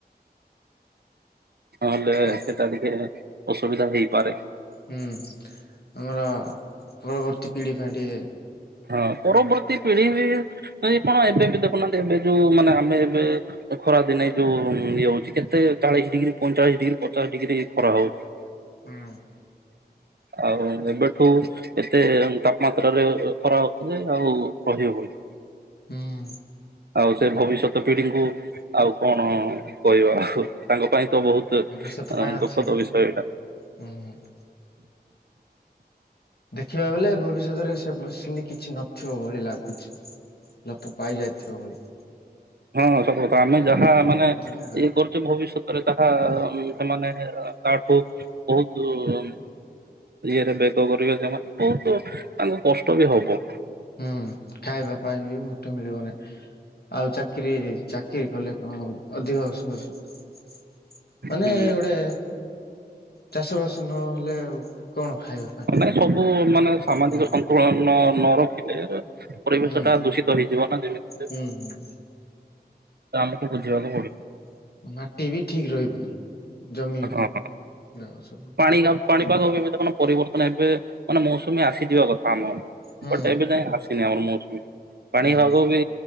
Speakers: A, on the right; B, on the left.
A: ନହେଲେ,
B: ତା
A: ସେଟା ଟିକେ ଅସୁବିଧା ହେଇପାରେ।
B: ହୁଁ, ଆମର ପରବର୍ତ୍ତୀ ପିଢ଼ି ପାଇଁଟିଏ
A: ହଁ, ପରବର୍ତ୍ତୀ ପିଢି ବି କଣ, ଏବେ ବି ଦେଖୁନାହାଁନ୍ତି, ଏବେ ଯୋଉ ମାନେ, ଆମେ ଏବେ ଏ ଖରା ଦିନେ ଯୋଉ ଇଏ ହଉଛି, କେତେ ଚାଳିଶ ଡିଗ୍ରୀ, ପଇଁଚାଳିଶ ଡିଗ୍ରୀ, ପଚାଶ ଡିଗ୍ରୀ ଖରା ହଉଛି।
B: ହୁଁ।
A: ଆଉ ଏବେଠୁ ଏତେ ତାପମାତ୍ରରେ-ଏ ଖରା ଅଖିଲେ ଆଉ, ରହି ହବନି।
B: ହୁଁ।
A: ଆଉ, ସେ ଭବିଷ୍ୟତ ପିଢିଙ୍କୁ ଆଉ କଣ କହିବା ଆଉ? ତାଙ୍କ ପାଇଁ ତ ବହୁତ ତ୍
B: ଭବିଷ୍ୟତ ପାଇଁ ଅଛି।
A: ଦୁଃଖତ ବିଷୟ ଏଟା।
B: ହୁଁ, ହୁଁ। ଦେଖିବାକୁ ଗଲେ, ଭବିଷ୍ୟତରେ ସେ-ସେମିତି କିଛି ନଥିବ ଭଳି ଲାଗୁଛି। ଲୋପପାଇ ଯାଇ ଥିଓଳି
A: ହଁ, ସତ କଥା! ଆମେ ଯାହା ମାନେ ଇଏ
B: ନା
A: କରୁଛେ ଭବିଷ୍ୟତ ରେ ତାହା-ଆ ଅମ୍ ସେମାନେ, ତାଠୁ ବହୁତୁ ଉମ୍ ଇଏରେ ବେଗ କରିବେ ସେମାନେ, ବହୁତୁ ତାଙ୍କୁ କଷ୍ଟ ବି ହବ।
B: ହୁଁ, ଖାଇବା ପାଇଁ ବି ମୋଟେ ମିଳିବନି। ଆଉ ଚାକିରି ଚାକିରି କଲେ ହଁ, ଅଧିକ ସସ୍ ମାନେ
A: ହୁଁ
B: ଗୁଡେ ଚାଷବାସ ନହେଲେ ଆଉ କଣ ଖାଇବା? ପାଇଁ
A: ନାଇଁ ସବୁ ମାନେ, ସାମାଜିକ
B: ହୁଁ
A: ସନ୍ତୁଳନ ନ ରଖିଲେ ପରିବେଶ
B: ହୁଁ
A: ଟା ଦୂଷିତ ହେଇଯିବ ନା, ଯେମତି ହେଲେବି।
B: ହୁଁ ହୁଁ।
A: ତ, ଆମକୁ ବୁଝିବାକୁ ପଡିବ।
B: ମାଟି ବି ଠିକ୍ ରହିବନି, ଜମି ଗୁଡାକ
A: ହଁ
B: ସବୁ।
A: ପାଣି ପାଣିପାଗ ବି ବି ଦେଖୁନ, ପରିବର୍ତ୍ତନ ଏବେ, ମାନେ ମୌସୁମୀ ଆସିଯିବା କଥା ଆମ
B: ହୁଁ
A: ବଟ ଏବେ ଯାଇ ଆସିନି ଆମର ମୌସୁମୀ ପାଣି
B: ହୁଁ।
A: ଆଗ ବି